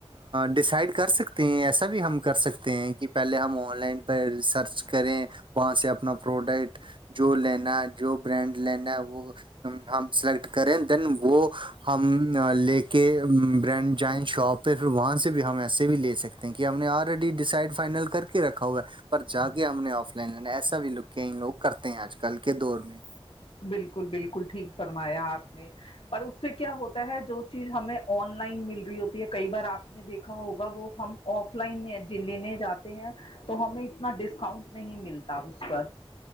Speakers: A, on the right; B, on the left.
A: ڈسائڈ کر سکتے ہیں ایسا بھی ہم کر سکتے ہیں کہ پہلے ہم آن لائن پرہ سرچ کریں وہاں سے اپنا پروڈکٹ جو لینا جو برانڈ لینا ہے وہ ہم سلیکٹ کریں دین وہ ہم لے کے برنڈ جائن شاپ پہ پھر وہاں سے بھی ہم ایسے بھی لے سکتے ہیں کہ ہم نے آلرییڈی ڈسائڈ فائنل کر کے رکھا ہوا پر جا کے ہم نے آف لائن لینا ایسا بھی لک لوگ کرتے ہیں آج کل کے دور میں
B: بالکل بالکل ٹھیک فرمایا آپ نے پر اس سے کیا ہوتا ہے جو چیز ہمیں آن لائن مل رہی ہوتی ہے کئی بار آپ نے دیکھا ہوگا وہ ہم آف لائن لینے جاتے ہیں تو ہمیں اتنا ڈسکاؤنٹ نہیں ملتا اس پر